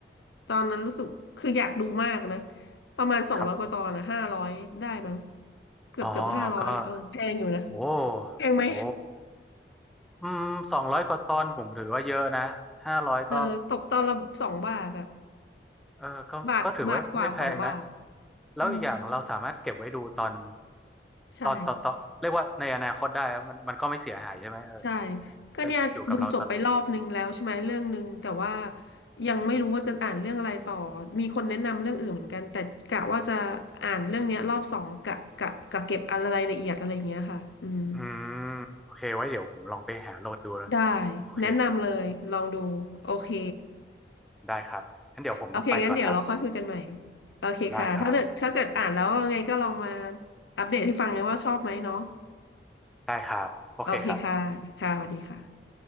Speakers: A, on the left; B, in the centre.
A: ตอนนั้นรู้สึกคืออยากดูมากนะประมาณสองร้อยกว่าตอนนะห้าร้อยได้มั้ง
B: ครับ
A: เกือบเกือบห้าร้อยเออแพงอยู่นะ
B: อ๋อก็โอ้
A: แพงไหม
B: โอ้อืมสองร้อยกว่าตอนผมถือว่าเยอะนะห้าร้อยก็
A: เออตกตอนละสองบาทอะ
B: เออก็ก็ถือว่าไม่แพงนะ
A: บาทบาทกว่าสองบาท
B: แล้วอีกอย่างเราสามารถเก็บไว้ดูตอน
A: อืมใช่
B: ตอนต่อต่อเรียกว่าในอนาคตได้อะมันมันก็ไม่เสียหายใช่ไหมเออ
A: ใช่ก็เนี่ยดูจบไปรอบนึงแล้วใช่ไหมเรื่องนึงแต่ว่า
B: ก็อยู่กับเราตลอด
A: ยังไม่รู้ว่าจะอ่านเรื่องอะไรต่อมีคนแนะนำเรื่องอื่นเหมือนกันแต่กะว่าจะอ่านเรื่องเนี้ยรอบสองกะกะกะเก็บอะไรละเอียดอะไรอย่างเงี้ยค่ะอืม
B: อืมโอเคไว้เดี๋ยวผมลองไปหาโหลดดูนะ
A: ได้แนะนำเลยลองดูโอเค
B: โอเคครับได้ครับงั้นเดี๋ยวผมต้องไปก่อนละ
A: โอเคงั้นเดี๋ยวเราค่อยคุยกันใหม่โอเคค่ะถ้าเกิดถ้าเกิดอ่านแล้วไงก็ลองมา
B: ได้ครับ
A: อัปเดตให้ฟังนะว่าชอบไหมเนาะ
B: ได้ครับโอเคครับ
A: โอเคค่ะค่ะสวัสดีค่ะ